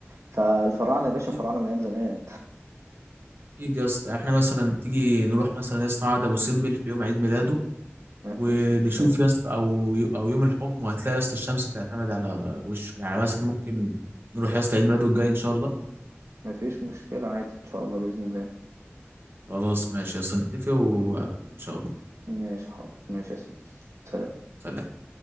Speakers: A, on the right; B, on the right.
A: فالفراعنة يا باشا
B: اكيد
A: فراعنة من ايام زمان
B: أكيد يا اسطى يعني احنا مثلا تيجي نروح مثلا يا اسطى معبد ابو سمبل في يوم عيد ميلاده
A: مفيش
B: ونشوف
A: مشكلة
B: يا اسطى او او يوم الحكم وهتلاقي يا اسطى الشمس بتعتمد على وشه يعني مثلا ممكن نروح يا اسطى عيد ميلاده الجاي ان شاء الله
A: مفيش مشكلة عادي ان شاء الله بإذن الله
B: خلاص ماشي اصلا نتفق وان شاء الله
A: ماشي حاضر ماشي يا سيدي سلام.
B: سلام